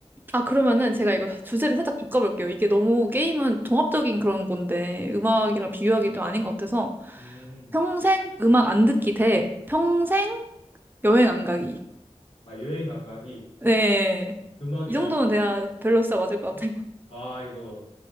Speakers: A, on the right; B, on the left.
A: 아, 그러면은 제가 이거 주제를 살짝 바꿔볼게요. 이게 너무 게임은 종합적인 그런 건데, 음악이랑 비교하기 좀 아닌 것 같아서.
B: 음,
A: 평생 음악 안 듣기 대 평생 여행 안 가기.
B: 아 여행 안 가기
A: 네.
B: 음악이랑
A: 이 정도는 돼야 밸런스가 맞을 것 같아요.
B: 와 이거